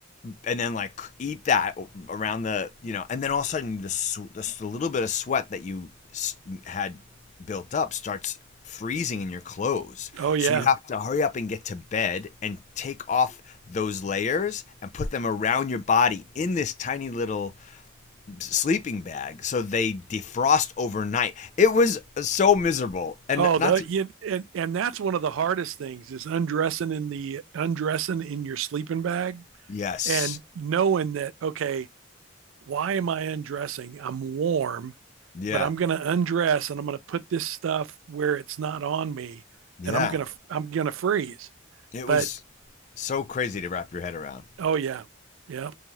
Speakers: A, on the left; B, on the right.
A: and then like eat that around the you know, and then all of a sudden the sw- little bit of sweat that you had built up starts freezing in your clothes.
B: oh yeah.
A: So you have to hurry up and get to bed and take off those layers and put them around your body in this tiny little sleeping bag so they defrost overnight. It was so miserable. And
B: Oh,
A: not
B: the
A: to
B: you, and and that's one of the hardest things is undressing in the undressing in your sleeping bag
A: Yes.
B: and knowing that okay, why am I undressing? I'm warm,
A: Yeah.
B: but I'm going to undress and I'm going to put this stuff where it's not on me
A: Yeah.
B: and I'm going to I'm going to freeze.
A: It
B: But
A: was so crazy to wrap your head around.
B: oh yeah. Yeah.